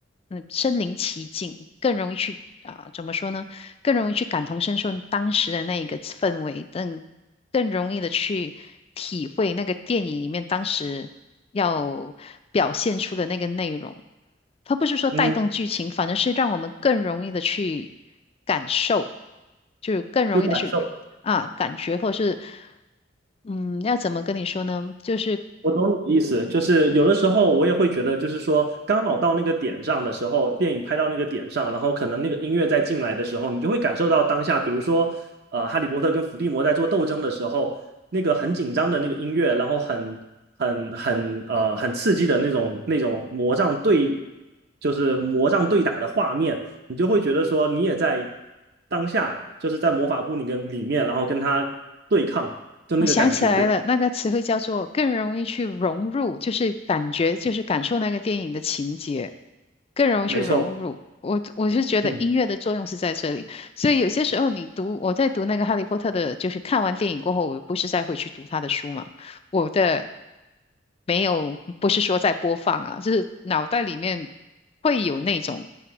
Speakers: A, on the left; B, on the right.
A: 嗯身临其境，更容易去啊、怎么说呢？更容易去感同身受当时的那一个氛围，更更容易的去体会那个电影里面当时要表现出的那个内容。它不是说带动剧情，
B: 嗯，
A: 反而是让我们更容易的去感受，就更容易的去啊感觉，
B: 就感受。
A: 或者是嗯，要怎么跟你说呢？就是
B: 我懂你的意思，就是有的时候我也会觉得，就是说刚好到那个点上的时候，电影拍到那个点上，然后可能那个音乐再进来的时候，你就会感受到当下，比如说，呃，哈利波特跟伏地魔在做斗争的时候，那个很紧张的那个音乐，然后很很很呃很刺激的那种那种魔杖对，就是魔杖对打的画面，你就会觉得说你也在当下，就是在魔法部里跟里面，然后跟他对抗，就那个感觉，
A: 我想起来了，
B: 对，
A: 那个词汇叫做更容易去融入，就是感觉，就是感受那个电影的情节，更容易去融入。
B: 没错。
A: 我我是觉得音乐的作用是在这里，
B: 嗯。
A: 所以有些时候你读，我在读那个《哈利波特》的，就是看完电影过后，我不是再回去读他的书嘛，我的没有，不是说在播放啊，就是脑袋里面会有那种